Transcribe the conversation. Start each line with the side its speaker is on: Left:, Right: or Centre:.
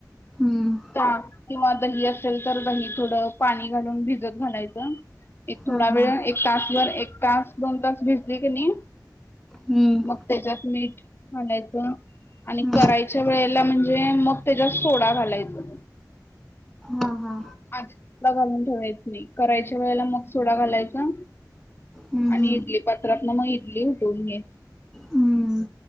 Centre: हम्म
Left: ताक किंवा दही असेल तर दही थोडं पाणी घालून भिजत घालायचं. एक थोडा
Centre: हा हा
Left: वेळ एक तासभर एक तास दोन तास भिजली कनी
Centre: हम्म
Left: मग त्याच्यात मीठ घालायचं. आणि
Centre: हम्म
Left: करायच्या वेळेला म्हणजे मग त्याच्यात सोडा घालायचं.
Centre: हा हा
Left: आधीच सोडा घालून ठेवायचं नाही करायच्या वेळेला मग सोडा घालायचा
Centre: हम्म
Left: आणि
Centre: हम्म
Left: इडली पात्रातनं मग इडली उठवून घ्यायचं.
Centre: हम्म